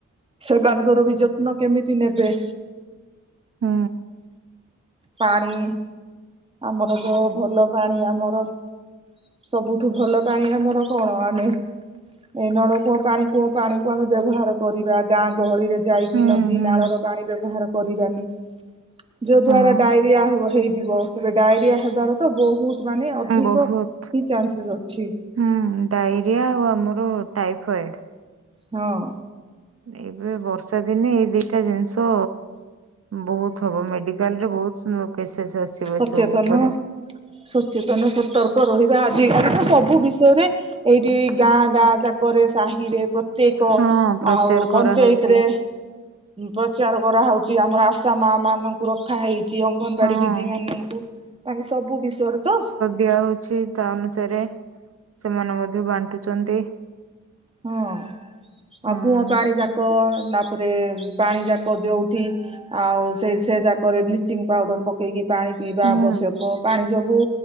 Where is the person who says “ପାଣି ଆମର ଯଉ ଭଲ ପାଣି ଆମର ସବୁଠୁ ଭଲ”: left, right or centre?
Right